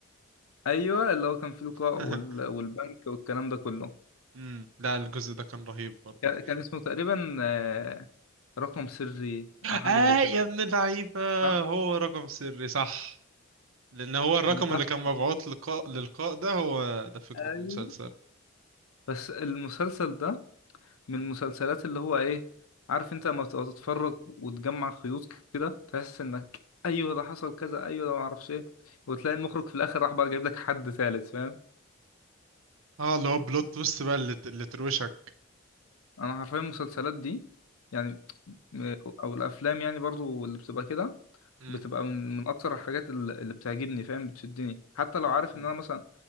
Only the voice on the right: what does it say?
<laughs>
امم لا الجزء ده كان رهيب برضو
آه
يا ابن اللعيبة
هو رقم سري صح لأن هو الرقم
اللي كان مبعوث للقاء للقاء ده هو ده فكرة
المسلسل
مم.
اه اللي هو بلوت تويست بقى اللي اللي تروشك
مم.
مم.